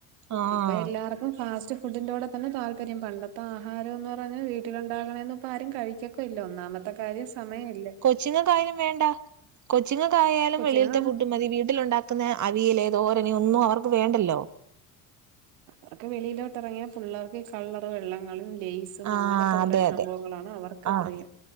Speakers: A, on the right (about 40°); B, on the right (about 75°).
A: ആഹ്
B: ഇപ്പ എല്ലാർക്കും ഫാസ്റ്റ് ഫുഡിന്റോടെ തന്നെ താല്പര്യം പണ്ടത്തെ ആഹാരന്ന് പറഞ്ഞാ വീട്ടിലണ്ടാകണന്നും ഇപ്പോ ആരും കഴിക്ക ഇല്ല ഒന്നാമത്തെ കാര്യം സമയൊല്ല
A: കൊച്ചിങ്ങക്കായാലും വേണ്ട കൊച്ചിങ്ങക്കായാലും
B: കൊച്ചി
A: വെളിയി
B: ആ
A: ൽത്തെ ഫുഡ് മതി വീട്ടിലുണ്ടാക്ക പിന്നെ അവിയല് തോരന് ഒന്നും അവർക്ക് വേണ്ടല്ലോ
B: അവർക്ക് വെളിയിലോട്ട്റങ്ങിയ പിള്ളേർക്ക് കളറു വെള്ളങ്ങള് ലേയ്‌സ് സും
A: ആഹ്
B: അങ്ങനത്തെ കുറെ
A: അതെ അതെ
B: സംഭവങ്ങളാണ് അവർക്ക്
A: ആഹ്
B: പ്രിയം